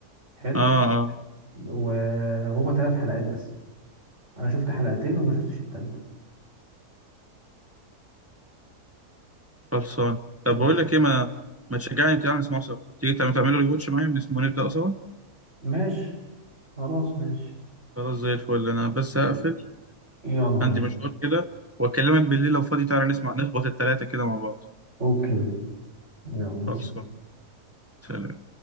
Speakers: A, on the right; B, on the right.
A: حلو.
B: اه اه
A: وهما ثلاث حلقات بس انا شفت حلقتين وما شفتش التالتة
B: خلصان طب
A: بس
B: بقول لك ايه ما ما تشجعني بتاع نسمعه سوا تيجي تعمل تعملوا ريواتش معايا ونسمعه نبدأ سوا
A: ماشي خلاص ماشي
B: خلاص زي الفل انا بس
A: يلا
B: هقفل
A: يلا
B: عندي
A: ماشي
B: مشوار كده واكلمك بالليل لو فاضي تعالى نسمع نخبط التلاتة كده مع بعض
A: اوكي يلا
B: خلصان
A: سلام
B: سلام